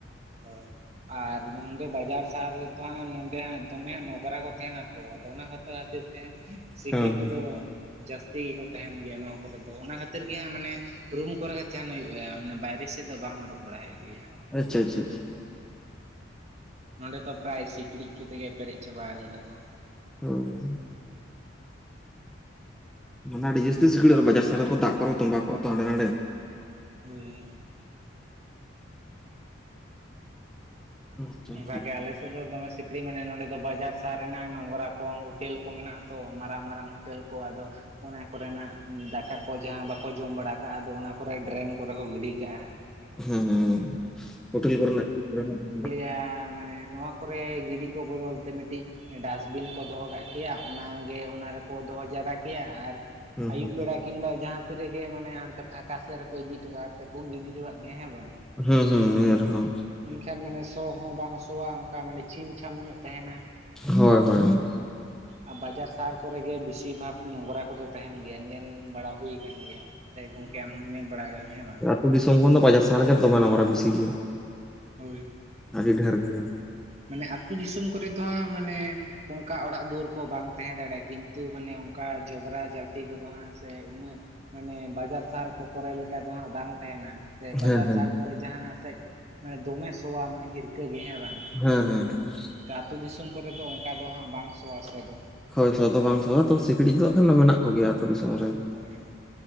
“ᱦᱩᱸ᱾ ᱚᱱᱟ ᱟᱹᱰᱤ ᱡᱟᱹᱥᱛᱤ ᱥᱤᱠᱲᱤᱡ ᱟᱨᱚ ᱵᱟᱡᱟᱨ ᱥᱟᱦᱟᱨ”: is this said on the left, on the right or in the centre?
Centre